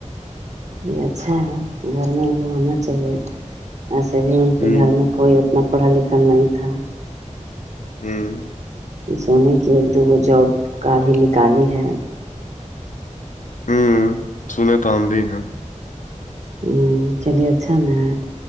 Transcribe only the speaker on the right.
یہ اچھا ہے گھر میں ہونا چاہیے ایسے بھی ان کے
گھر میں کوئی اتنا پڑھل لکھل نہیں تھا
سونے کی ایک دوگو جب کا بھی نکالی ہے
ہوں چلیے اچھا نا